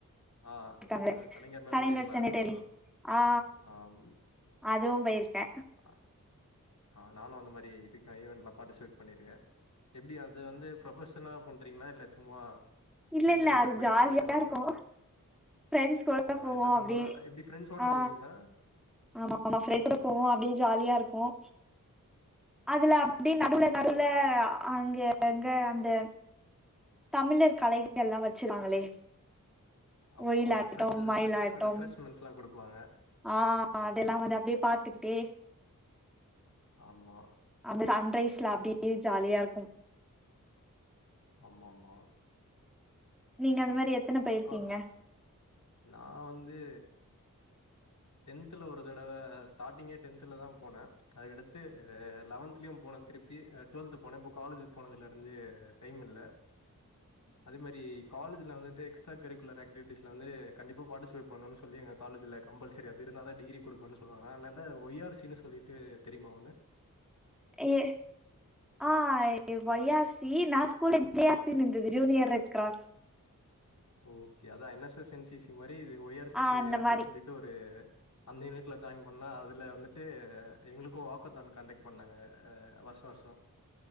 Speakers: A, on the left; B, in the centre.
A: ஆ
B: வெப்பாங்களே
A: அ மெமோரியல்
B: கலைஞர்
A: மேரத்தான்.
B: செனட்டரி
A: ஆ
B: ஆ
A: ஆம்.
B: அதுவு போய்ர்க்க
A: அ ஆ நானு அந்த மாரி இதுக்காகவே நா பாட்டிஸ்வேட் பண்ணிருக்க எப்டி அது வந்து ப்ரொபஷனா பண்றிங்ளா இல்ல சும்மா
B: இல்ல
A: போய்ட்டு
B: இல்ல அது ஜாலியா
A: பண்ணிட்டு வருவோ
B: இருக்கு ஃப்ரெண்ட்ஸ் கூட
A: ஆ
B: போவோ
A: எல்லா கும்பலா
B: அப்டி
A: எப்டி ஃப்ரெண்ட்ஸோட
B: ஆ
A: போவிங்ளா
B: ஆமா ஆமா ஃபிரைட்டுல போவோ அப்டியே ஜாலியா இருக்கும் அதுல அப்டி நடுவுல
A: ஆம்.
B: நடுவுல அங்க அங்க அந்த தமிழர் கலைகள் எல்லா வச்சிருவாங்களே
A: ஆமா
B: ஒயிலாட்டம்
A: ரெஃப்ரெஷு
B: மயிலாட்டம்
A: ரெஃப் ரெஃப்ரஷ்மெண்ட்ஸ்லா குடுப்பாங்க
B: ஆ அதெல்லாவது அப்டே பாத்துக்கிட்டே
A: ஆமா.
B: அந்த சன்ரைஸ்ல அப்டியே
A: ம்.
B: ஜாலியா இருக்கும்
A: ஆமா ஆமா
B: நீங்க அந்த மேரி எத்தன பேயிருக்கீங்க
A: கா நா வந்து டென்த்துல ஒரு தடவ ஸ்டார்டிங்கே டென்த்துல தா போன அதுக்கடுத்து லெவன்த்லியு போன திருப்பி டுவெல்த்து போன இப்போ காலேஜிக்கு போனதுல இருந்து டைம் இல்ல அது மேரி காலேஜில வந்துட்டு எக்ஸ்டா கரிக்குலர் ஆக்டிவிட்ஸ்ல வந்து கண்டிப்பா பாட்டு செலக்ட் பண்ணனு சொல்லி எங்க காலேஜில கம்பல் சரி அது இருந்தாதா டிகிரி குடுப்பனு சொல்லுவாங்க அதனால ஒய் ஆர் சின்னு சொல்லிட்டு தெரியுமா ஒண்ணு
B: ஏ ஆ ஒய் ஆர் சி நா ஸ்கூல ஜே ஆர் சின் இருந்தது ஜூனியர் ரெட் கிராஸ்
A: ஓகே அதா N S S N C C மாரி இது ஒய் ஆர் சி
B: ஆ அந்த
A: அப்டின்
B: மாரி
A: சொல்லிட்டு ஒரு அந்த யூனிட்ல ஜாயின் பண்ணா அதுல வந்துட்டு எங்களுக்கு வாக்கதான் காண்டக்ட் பண்ணாங்க ஆ வருஷ வருஷ